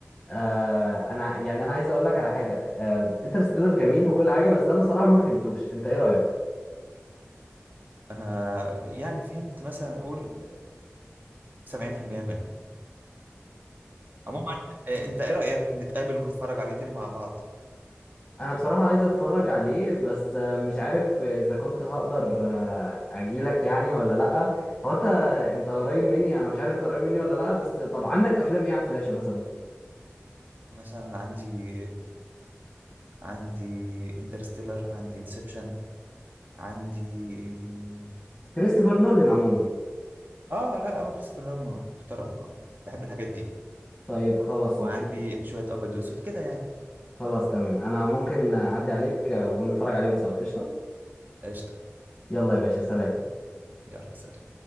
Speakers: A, on the left; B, on the right.
A: آه انا يعني انا عايز اقول لك على حاجه آه انترستيلر جميل وكل حاجه بس انا بصراحه ما فهمتوش انت ايه رايك
B: أنا يعني فهمت مثلا نقول 70% منه عموما آه، أنت إيه رأيك نتقابل ونتفرج عليه تاني مع بعض
A: انا بصراحة عايز اتفرج عليه بس آه، مش عارف اذا كنت هقدر آه، اجيلك يعني ولا لا هو انت انت قريب مني انا مش عارف انت قريب مني ولا لا بس طب عندك افلام ايه على الفلاشة مثلا
B: مثلا عندي عندي انترستيلر عندي انسبشن عندي مم،
A: كريستوفر نولان عموما
B: اه لا هو كريستوفر نولان محترم اه بحب الحاجات دي
A: طيب خلاص اوكي
B: وعندي شوية أبيض وأسود كده يعني
A: خلاص تمام انا ممكن اعدي عليك آه، ونتفرج عليهم سوا قشطة
B: قشطة
A: يلا يا باشا سلام
B: يلا سلام